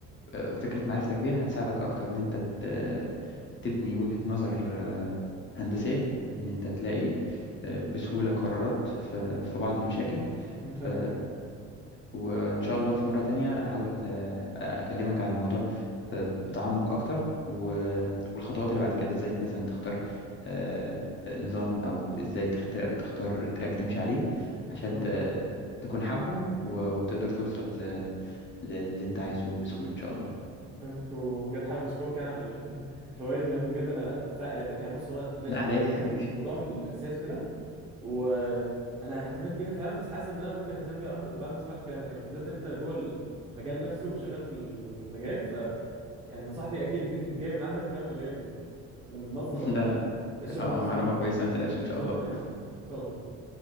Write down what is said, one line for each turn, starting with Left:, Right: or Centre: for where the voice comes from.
Left: آه، فكره معرفتك بيها هتساعدك اكتر ان انت ت- تبني وجهه نظر آه، هندسيه ان انت تلاقي آه، بسهوله قرارات في في بعض المشاكل
Right: أنا
Left: ف
Right: فاهمك ايه
Left: وان شاء الله في مره تانية احاول آه، اكلمك على الموضوع ب- بتعمق اكتر و- والخطوات اللي بعد كده ازاي مثلا تختار آه، نظام او ازاي تختار تختار تراك تمشي عليه عشان
Right: بالظبط
Left: ت- تكون حابه و- وتقدر توصل اللي انت عايزه بسهولة ان شاء الله
Right: فهمتك وبجد حابب اشكرك يعني على <laughs> الفوائد لانه بجد انا ف... يعني بص هو ماشي
Left: لا على
Right: انا
Left: ايه
Right: فاهم
Left: حبيبي
Right: الموضوع الاساسيات وكده وانا اهتميت بيها فعلا بس حاسس ان انا ممكن اهتم بيها اكتر بعد ما سمعت كلامك يعني وبالذات ان انت جوه المجال نفسه وشغال في المجال ف يعني نصيحتي اكيد <laughs> جايه من عندك فاهم اللي هي من, من مصدر
Left: <laughs>
Right: ال-
Left: لا لا
Right: الشغل
Left: اه
Right: نفسه
Left: معلومة
Right: فاهم ف
Left: كويسة ما تقلقش ان
Right: بالظبط
Left: شاء الله
Right: ايوه ان شاء الله